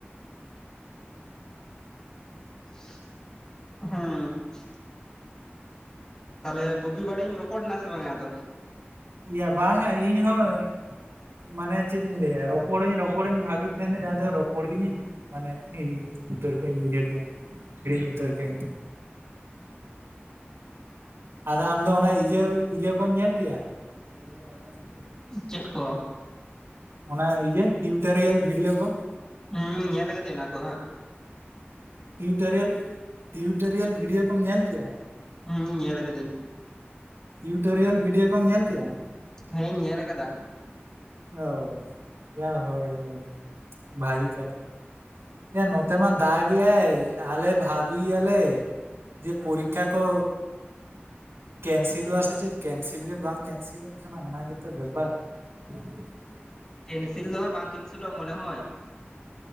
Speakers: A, on the left; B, on the right.
A: ᱦᱩᱸ ᱾ ᱛᱟᱦᱚᱞᱮ ᱵᱩᱜᱤ ᱵᱟᱹᱲᱤᱡ ᱮᱢ ᱨᱚᱯᱚᱲ ᱮᱱᱟ ᱥᱮ ᱵᱟᱝᱟ ᱟᱫᱚ?
B: ᱤᱭᱟᱹ ᱵᱟᱝᱟ ᱤᱧ ᱦᱚᱸ ᱢᱟᱱᱮ ᱪᱮᱫ ᱤᱧ ᱞᱟᱹᱭᱟ ᱨᱚᱯᱚᱲᱟᱹᱧ ᱨᱚᱯᱚᱲᱟᱹᱧ ᱵᱷᱟᱹᱵᱤᱭᱮᱫ ᱛᱟᱦᱮᱱᱟᱹᱧ ᱮᱭᱟ ᱟᱫᱚ ᱨᱚᱯᱚᱲ ᱜᱤᱧ ᱢᱟᱱᱮ ᱦᱤᱲᱤᱧ ᱩᱛᱟᱹᱨ ᱠᱮᱫᱟᱹᱧ ᱵᱩᱡᱷᱟᱹᱣ ᱠᱮᱜᱼᱟᱢ ᱦᱤᱲᱤᱧ ᱩᱛᱟᱹᱨ ᱠᱮᱜ ᱟᱹᱧ ᱟᱫᱚ ᱟᱢ ᱫᱚ ᱚᱱᱟ ᱤᱭᱟᱹ ᱤᱭᱟᱹ ᱠᱚᱢ ᱧᱮᱞ ᱠᱮᱜᱼᱟ? <unintelligible>
A: ᱪᱮᱫ ᱠᱚ?
B: ᱚᱱᱟ ᱤᱭᱟᱹ ᱴᱤᱭᱩᱴᱳᱨᱤᱭᱟᱞ ᱵᱷᱤᱰᱭᱳ ᱠᱚ ᱾
A: ᱦᱩᱸ ᱧᱮᱞ ᱟᱠᱟᱫᱤᱧ ᱚᱱᱟ ᱠᱚᱫᱚ ᱦᱟᱸᱜ ᱾
B: ᱴᱤᱭᱩᱴᱟᱨᱤᱭᱟᱞ ᱴᱤᱭᱩᱴᱟᱨᱤᱭᱟᱞ ᱵᱷᱤᱰᱭᱳᱣ ᱠᱚᱢ ᱧᱮᱞ ᱠᱮᱜᱼᱟ?
A: ᱦᱩᱸ ᱧᱮᱞ ᱟᱠᱟᱫᱟᱹᱧ ᱾
B: ᱴᱤᱭᱩᱴᱳᱨᱤᱭᱟᱞ ᱵᱷᱤᱰᱭᱳᱣ ᱠᱚᱢ ᱧᱮᱞ ᱠᱮᱜᱼᱟ?
A: ᱦᱮᱸᱧ ᱧᱮᱞ ᱟᱠᱟᱫᱟ ᱾
B: ᱚ ᱮᱭᱟ ᱦᱳᱭ ᱦᱳᱭ ᱵᱷᱟᱜᱤ ᱠᱟᱛᱷᱟ ᱾ ᱮᱭᱟ ᱱᱚᱛᱮ ᱢᱟ ᱫᱟᱜ ᱜᱮᱭᱟᱭ ᱟᱞᱮ ᱵᱷᱵᱤᱭᱟᱞᱮ ᱡᱮ ᱯᱚᱨᱤᱠᱠᱷᱟ ᱠᱚ ᱠᱮᱱᱥᱤᱞᱚᱜᱼᱟ ᱥᱮ ᱪᱮᱫ ᱠᱮᱱᱤᱞ ᱜᱮ ᱵᱟᱝ ᱠᱮᱱᱥᱤᱞᱚᱜ ᱠᱟᱱᱟ ᱚᱱᱟ ᱜᱮᱛᱚ ᱵᱮᱯᱟᱨ ᱾ <unintelligible>
A: ᱠᱮᱱᱤᱥ ᱫᱚ ᱦᱟᱸᱜ ᱵᱟᱝ ᱠᱮᱱᱥᱤᱞᱚᱜ-ᱟ ᱢᱚᱱᱮ ᱦᱚᱭ ᱾